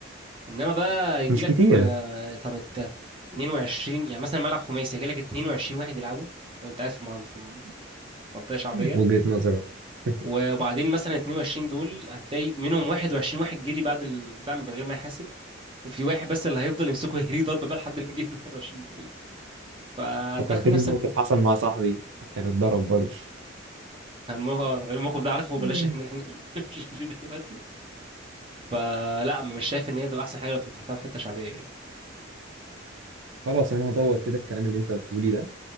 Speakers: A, on the right; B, on the right.
A: انما بقى يجيلك
B: مش كتير
A: آه، طب انت 22 يعني مثلا ملعب خماسي يجيلك 22 واحد يلعبوا لو انت قاعد في من- في منطقه شعبيه
B: وجهه نظر والله. <laughs>
A: وبعدين مثلا 22 دول هتلاقي منهم 21 واحد جري بعد البتاع من غير ما يحاسب وفي واحد بس اللي هيفضل يمسكه يهريه ضرب بقى لحد ما يجيب ال 21 باقي فدخل
B: فكرتني
A: نفسك
B: بموقف
A: في
B: حصل مع صاحبي كان اتضرب برضه
A: الموقف غير الموقف ده عارفه
B: <laughs>
A: بلاش احنا احنا مش فيه دلوقتي فلا مش شايف ان هي تبقى احسن حاجه لو فتحتها في حته شعبيه يعني
B: خلاص انا هدور كده الكلام اللي انت قلته لي ده